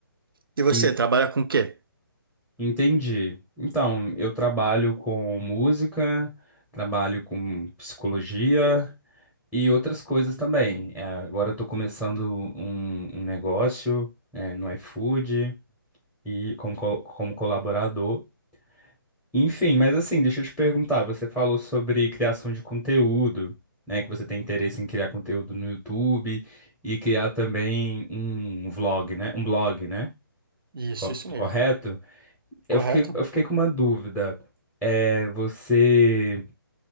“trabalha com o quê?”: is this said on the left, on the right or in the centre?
Right